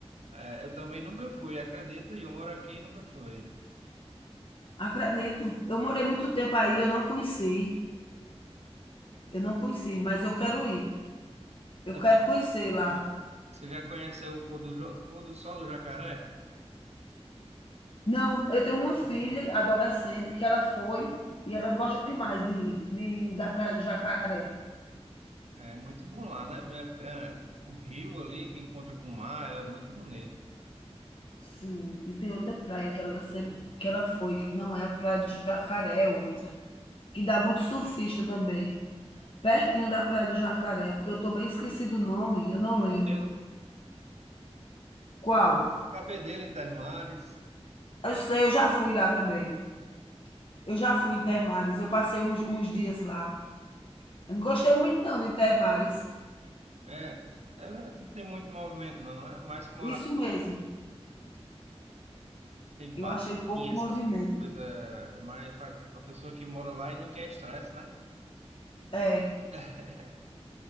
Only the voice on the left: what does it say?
acredito. Eu morei muito tempo aí, eu não conheci. Eu não conheci, mas eu quero ir. Eu
quero conhecer lá.
Não, eu tenho uma filha adolescente que ela foi e ela gosta demais de, de, da Praia do Jacaré.
Sim, e tem outra praia que ela sempre que ela foi, que não é a Praia do Jacaré, é outra, que dá muito surfista também, pertinho da Praia do Jacaré, porque eu tô bem esquecido o nome, eu não lembro.
Qual?
Eu sei, eu já fui lá também. Eu já fui em Termares, eu passei uns, uns dias lá. Eu não gostei muito não de Termares.
Isso mesmo.
Eu achei pouco
movimento.
É,